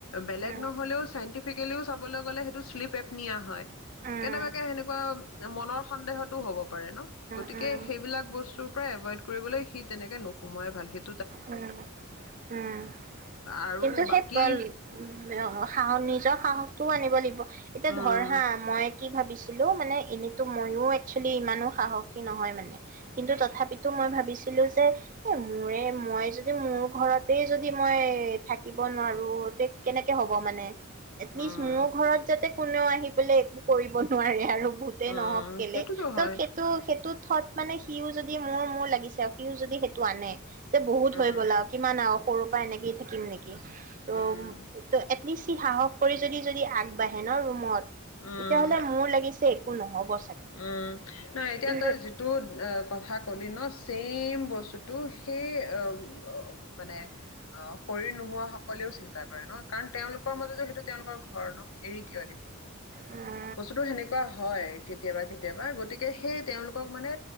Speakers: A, on the left; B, on the right.
A: বেলেগ
B: উম
A: নহ'লেও চাইন্টিফিক, - প্ৰেক্টিকেলি চাবলৈ গলে সেইটো, পেপ নিয়া হয়
B: উম উম
A: কেনেবাকে সেনেকোৱা, মনৰ সন্দেহটো হ'ব, পাৰে ন ', গতিকে
B: উম
A: সেইবিলাক বস্তু, পৰা এভইড কৰিবলে সি তেনেকে নোসোমোৱাই ভাল সেই,
B: উম -উম
A: আৰু
B: কিন্তু সেই
A: বাকী
B: পোৱালী অ', সাহস নিজৰ সাহস, টোও আনিব লাগিব। এতিয়া
A: উম
B: ধৰ হা, মই কি ভাবিছো, বোলো মানে এনে ময়ো একচুৱেলি ইমানো সাহসী নহয় মানে, কিন্তু তথাপিতো মই ভাবিছিলো যে এ, মোৰে মই যদি মোৰ ঘৰতে যদি মই থাকিব নোৱাৰো তে, কেনেকে হ'ব মানে। এটলিষ্ট
A: উম
B: মোৰ ঘৰত যাতে, কোনেও আহি পেলাই একো কৰিব নোৱাৰে আৰু, ভূতে
A: উম
B: নহওক কেলে
A: সেইটোতো
B: ত',
A: হয়
B: সেইটো- সেইটো থত মানে সিও যদি মোৰ- মোৰ লাগিছে সিও যদি সেইটো আনে, যে বহুত
A: উম
B: হৈ গ'ল আৰু কিমান আৰু, সৰুৰ পৰা এনেকেই থাকিম নেকি? ত
A: উম
B: ', উম্ এট বেছি সাহস কৰি যদি- যদি আগবাঢ়ে ন', ৰুমত
A: উম
B: তেতিয়াহ'লে মোৰ লাগিছে, একো নহ'ব। চাগে
A: উম নহ এতিয়া
B: কিন্তু
A: তই যিটো কথা কলি ন। চেইম বস্তুটো সেই। উ মানে অ শৰীৰ নোহোৱা সকলেও চিন্তা কৰে ন কাৰণ তেওঁলোকৰ মতেতো সেইটো তেওঁলোকৰ ঘৰ ন এৰি কিয় দিব।
B: উম
A: বস্তুতটো সেনেকুৱা হয়। কেতিয়াবা কেতিয়াবা গতিকে সেই তেওঁলোকক মানে